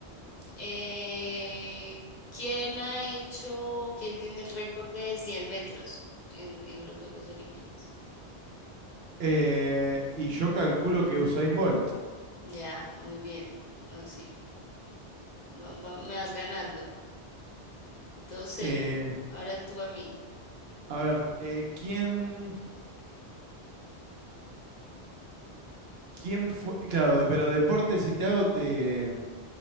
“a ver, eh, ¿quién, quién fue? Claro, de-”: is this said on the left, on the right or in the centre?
Right